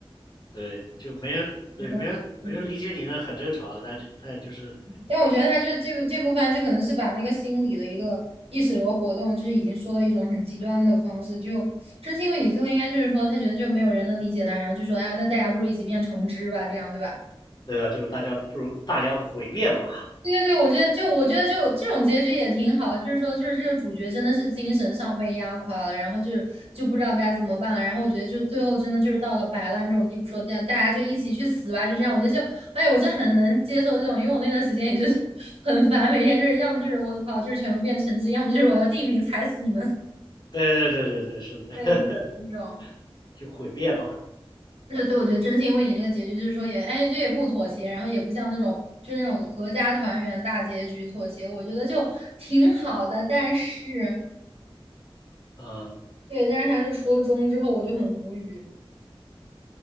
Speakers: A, on the left (about 45°); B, on the right (about 80°).
A: 对，就没人对没人没人理解你呢，
B: 你能懂的
A: 很正常啊。但是但就是
B: 但我觉得他就这部这部分就可能是把那个心理的一个意识流活动，就是已经说了一种很极端的方式，就真心为你最后应该就是说他觉得就没有人能理解他，然后就说哎，那大家不如一起变成汁吧，这样对吧？
A: 对啊，就是大家不如大家毁灭吧。
B: 对对对，我觉得就我觉得就这种结局也挺好，就是说就是这个主角真的是精神上被压垮了，然后就是就不知道该怎么办了，然后我觉得就最后真的就是到了摆烂这种地步，说这样大家就一起去死吧，就这样，我觉得就哎，我就很能接受这种，因为我那段时间也就是 <laughs> 很烦，每天就是要么就是我操，就是全部变成绩，要么就是我要地名踩死你们，
A: 对对对对对，是的，
B: 对，
A: <laughs>
B: 就是这种。
A: 就毁灭吧。
B: 对，所以我觉得真心为你那个结局，就是说也，哎，这也不妥协，然后也不像那种就是那种合家团圆大结局妥协，我觉得就挺好的。但是，
A: 呃，
B: 对，但是他是出了中之后，我就很无语。